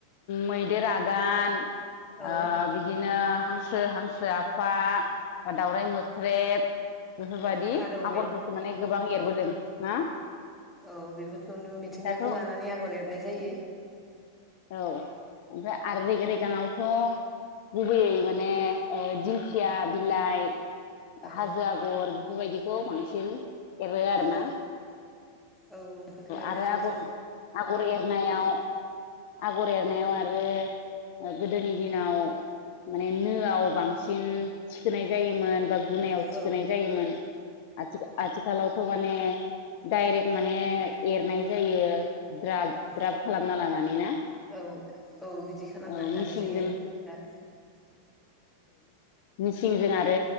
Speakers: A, on the left (about 50°); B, in the centre.
A: मैदेर आगान
B: औ
A: आ बिदिनो ओ हांसो हांसो आफा बा दावउराय मोख्रेब बेफोर
B: औ
A: बादि
B: फारौ
A: आगरफोरखौ
B: मे
A: माने गोबां एरबोदों ना
B: औ बेफोरखौनो मिथिंगाखौ
A: दाथ' औ
B: लानानै आगर एरनाय जायो
A: औ ओमफ्राय आरो रेग रेगांआवथ' गुबैयै माने दिंखिया बिलाइ
B: औ
A: हाजो आगर बेफोरबायदि खौ बांसिन एरो आरोना
B: ओ औ औ बेफोरखौ एरनाय
A: आरो
B: जायो
A: आगर आगर एरनायाव आगर एरनायाव आरो ओ गोदोनि दिनाव माने नोआव बांसिन थिखोनाय जायोमोन बा जुनायाव
B: औ
A: थिखोनाय जायोमोन आथिखालावथ' माने डाइरेक्ट माने एरनाय जायो ग्राब द्राब
B: औ
A: खालामना लानानै ना
B: औ औ बिदि खालामनानै
A: औ मिसिंजों
B: दानाय जायो ओ
A: मिेसिंजों आरो